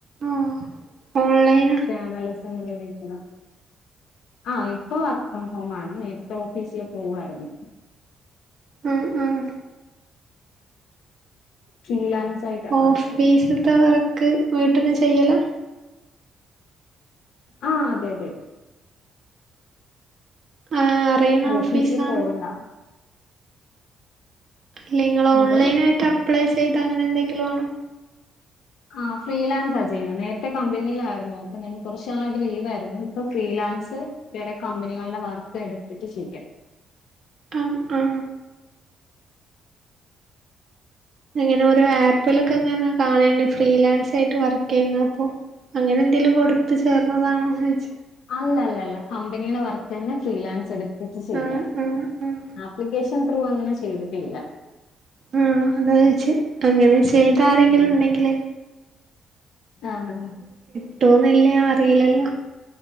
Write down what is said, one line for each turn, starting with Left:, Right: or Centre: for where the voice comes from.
Right: ആഹ് ഓൺലൈൻ
Left: <unintelligible> നല്ലസമ്മയിക്കണം ആ ഇപ്പം വർക്ക് ഫ്രം ഹോമാണ് നേരത്തെ ഓഫീസില് പോവായിര്ന്ന്
Right: ഉം ഉം
Left: <unintelligible>
Right: ഓഫീസ്ത്തെ
Left: വർക്ക് ചെയ്യുന്നെ
Right: വർക്ക് വീട്ട്ന്ന് ചെയ്യലാ
Left: ആ അതെ അതെ
Right: ആഹ് അറിയണ
Left: ഓഫീസില്
Right: ഓഫീസാണോ
Left: പോവണ്ട
Right: എല്ലേ നിങ്ങൾ ഓൺലൈന
Left: എന്തോ
Right: ആയിട്ട് അപ്ലൈ ചെയ്ത് അങ്ങനെ എന്തെങ്കിലാണോ
Left: ആ ഫ്രീലാൻസ് ചെയ്യണേ നേരത്തെ കമ്പനിയിലായിരുന്നു അപ്പൊ ഞാൻ കുറച്ചു നാളായിട്ട് ലീവ് ആയിയിരുന്നു ഇപ്പൊ ഫ്രീലാൻസ് വേറെ കമ്പനികളുടെ വർക്ക് എടുത്തിട്ട് ചെയ്യാം
Right: അ ആ അങ്ങനെ ഓരോ ആപ്പിലൊക്കെ ഇങ്ങനെ കാണേണ്ട് ഫ്രീലാൻസ് ആയിട്ട് വർക്ക് ചെയ്യുന്ന അപ്പൊ അങ്ങനെ എന്തെങ്കിലും കൊടുത്തു ചേർന്നതാണോന്ന് ചോയിച്ചേ
Left: അല്ല അല്ല അല്ല കമ്പനിയുടെ വർക്ക്ന്നെ ഫ്രീലാൻസ് എടുത്തിട്ട് ചെയ്യ
Right: ആഹ് ആഹ് ആഹ്
Left: ആപ്ലിക്കേഷൻ ത്രവാം അങ്ങനെ ചെയ്തിട്ടില്ല
Right: ഉം അതാ ചോദിച്ച അങ്ങനെ
Left: ഉം
Right: ചെയ്ത ആരെങ്കിലും
Left: ഉം.
Right: ഉണ്ടെങ്കില്
Left: ആഹ് ഹഹാ
Right: കിട്ടോന്ന്ള്ള അറിയില്ലല്ലോ